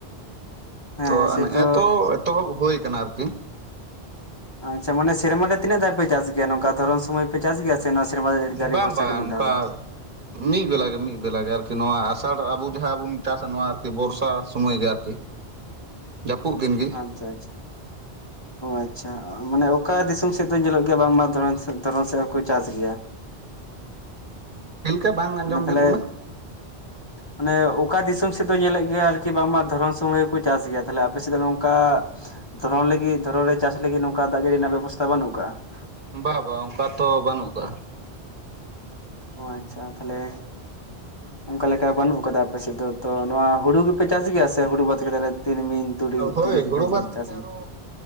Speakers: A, on the left; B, on the right.
A: ᱦᱮᱸ
B: ᱛᱚ
A: ᱥᱮᱛᱚ
B: ᱱᱮᱜ-ᱮ ᱛᱚ ᱮᱛᱚᱦᱚᱵ ᱦᱩᱭ ᱠᱟᱱᱟ ᱟᱹᱨᱠᱤ ᱾
A: ᱟᱪᱪᱷᱟ ᱢᱟᱱᱮ ᱥᱮᱨᱢᱟ ᱨᱮ ᱛᱤᱱᱟᱹᱜ ᱫᱷᱟᱹᱣ ᱯᱮ ᱪᱟᱥ ᱜᱮᱭᱟ ᱱᱚᱝᱠᱟ ᱫᱷᱚᱨᱚᱢ ᱥᱚᱢᱚᱭ ᱯᱮ ᱪᱟᱥ ᱜᱮᱭᱟ ᱥᱮ ᱥᱮ ᱱᱚᱣᱟ ᱥᱮᱨᱢᱟ ᱫᱟᱜ ᱡᱟᱹᱲᱤ
B: ᱵᱟᱝ
A: ᱵᱚᱨᱥᱟ
B: ᱵᱟᱝ
A: ᱜᱮ ᱢᱤᱫ
B: ᱱᱚᱝᱠᱟ
A: ᱫᱷᱟᱣ᱾
B: ᱢᱤᱫ ᱵᱮᱞᱟ ᱜᱮ ᱢᱤᱫ ᱵᱮᱞᱟ ᱜᱮ ᱟᱹᱨᱠᱤ ᱱᱚᱣᱟ ᱟᱥᱟᱲ ᱟᱵᱚ ᱡᱟᱦᱟᱸ ᱵᱚᱱ ᱪᱟᱥᱟ ᱱᱚᱣᱟ ᱟᱹᱨᱠᱤ ᱵᱚᱨᱥᱟ ᱥᱚᱢᱚᱭ ᱜᱮ ᱟᱹᱨᱠᱤ
A: <unintelligible>
B: ᱾ ᱡᱟᱹᱯᱩᱫ ᱫᱤᱱ ᱜᱮ
A: ᱟᱪᱪᱷᱟ ᱟᱪᱪᱷᱟ ᱟᱪᱪᱷᱟ ᱢᱟᱱᱮ ᱚᱠᱟ ᱫᱤᱥᱚᱢ ᱥᱮᱫ ᱫᱚ ᱧᱮᱞᱚᱜ ᱜᱮᱭᱟ ᱵᱟᱝᱢᱟ ᱫᱷᱚᱨᱚᱱ ᱥᱮᱫ ᱦᱚᱸᱠᱚ ᱪᱟᱥ ᱜᱮᱭᱟ᱾
B: ᱪᱮᱫ ᱞᱮᱠᱟ ᱵᱟᱝ ᱟᱸᱡᱚᱢ
A: ᱢᱟᱱᱮ ᱛᱟᱦᱚᱞᱮ
B: ᱡᱩᱛ ᱞᱮᱱᱟ
A: ᱢᱟᱱᱮ ᱚᱠᱟ ᱫᱤᱥᱚᱢ ᱥᱮᱫ ᱫᱚ ᱧᱮᱞᱮᱫ ᱜᱮᱭᱟ ᱟᱹᱨᱠᱤ ᱵᱟᱝᱢᱟ ᱫᱷᱚᱨᱚᱱ ᱥᱚᱢᱚᱭ ᱦᱚᱸᱠᱚ ᱪᱟᱥ ᱜᱮᱭᱟ, ᱛᱟᱦᱞᱮ ᱟᱯᱮ ᱥᱮᱫ ᱫᱚ ᱱᱚᱝᱠᱟ ᱫᱷᱚᱨᱚᱱ ᱞᱟᱹᱜᱤᱫ ᱫᱷᱚᱨᱚᱱ ᱨᱮ ᱪᱟᱥ ᱞᱟᱹᱜᱤᱫ ᱱᱚᱝᱠᱟ ᱫᱟᱜ ᱡᱟᱹᱲᱤ ᱨᱮᱱᱟᱜ ᱵᱮᱵᱚᱥᱛᱷᱟ ᱵᱟᱹᱱᱩᱜ ᱟᱠᱟᱫ-ᱟ ᱾
B: ᱵᱟ ᱵᱟᱝ ᱚᱱᱠᱟ ᱛᱚ ᱵᱟᱹᱱᱩᱜ ᱟᱠᱟᱫᱟ᱾
A: ᱚ ᱟᱪᱪᱷᱟ ᱛᱟᱦᱞᱮ ᱚᱱᱠᱟ ᱞᱮᱠᱟ ᱵᱟᱹᱱᱩᱜ ᱟᱠᱟᱫᱟ ᱟᱯᱮᱥᱮᱫ ᱫᱚ, ᱛᱚ ᱱᱚᱣᱟ ᱦᱩᱲᱩ ᱜᱮᱯᱮ ᱪᱟᱥ ᱜᱮᱭᱟ ᱥᱮ ᱦᱩᱲᱩ ᱵᱟᱫ ᱠᱟᱛᱮᱫ ᱛᱤᱞᱢᱤᱧ ᱛᱩᱲᱤ
B: ᱦᱳᱭ
A: ᱛᱩᱲᱤ ᱜᱮᱯᱮ
B: ᱦᱩᱲᱩ ᱵᱟᱫ ᱠᱟᱛᱮ
A: ᱪᱟᱥ ᱜᱮᱭᱟ?
B: ᱟᱨᱚ